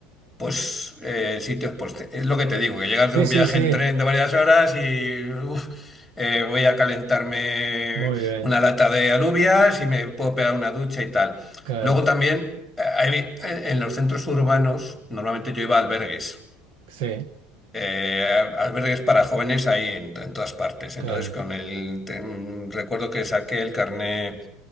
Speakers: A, in the centre; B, on the right.
A: pues, eh, sitios, pues, te- es lo que te digo, que llegas
B: Sí,
A: de un
B: sí,
A: viaje
B: sí.
A: en tren de varias horas y, uf, eh, voy a calentarme
B: Muy bien.
A: una lata de alubias y me puedo pegar una ducha y tal.
B: Claro.
A: Luego también, eh, hay- en en los centros urbanos, normalmente yo iba a albergues.
B: Sí,
A: eh, a- albergues para jóvenes ahí en, en todas partes. Entonces,
B: claro.
A: con el, te- mm, recuerdo que saqué el carné